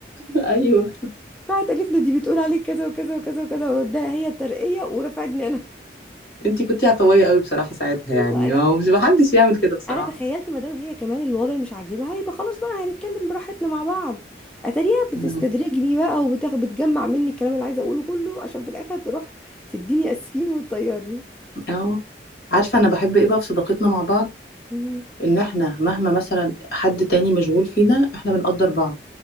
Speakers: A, on the left (about 60°); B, in the centre.
A: <laughs> أيوه
B: راحت قالت له دي بتقول عليك كذا وكذا وكذا وكذا وده هي الترقية ورفعتني أنا <laughs>
A: أنتي كنتي عفوية قوي بصراحة ساعتها
B: أيوه
A: يعني
B: أنا
A: ومش محدش يعمل كده بصراحة
B: انا تخيلت مادام هي كمان الوضع مش عاجبها يبقى خلاص بقى هنتكلم براحتنا مع بعض اتاريها بتستدرجني
A: مم.
B: بقى وبتاخد بتجمع مني الكلام اللي عايزه اقوله كله عشان في الاخر تروح تديني اسفين وتطيرني
A: اه عارفة انا بحب ايه بقى في صداقتنا مع بعض
B: مم.
A: ان احنا مهما مثلا حد تاني مشغول فينا احنا بنقدر بعض